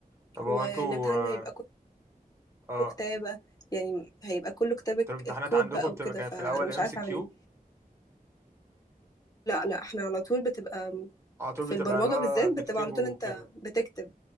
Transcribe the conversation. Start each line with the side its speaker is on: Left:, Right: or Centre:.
Right: طب
Left: والامتحان
Right: هو انتوا اه
Left: هيبقى
Right: آه،
Left: كله كتابة يعني هيبقى كله كتابة
Right: انتوا الامتحانات
Left: الكود
Right: عندكم
Left: بقى
Right: بتبقى
Left: وكده
Right: كانت
Left: فأنا
Right: في الأول
Left: مش
Right: ام
Left: عارفة
Right: سي كيو
Left: أعمل إيه لأ، لأ، إحنا على طول بتبقى م
Right: على طول
Left: في
Right: بتبقى
Left: البرمجة
Right: لا
Left: بالذات
Right: تكتبه
Left: بتبقى على طول
Right: وكده
Left: أنت بتكتب،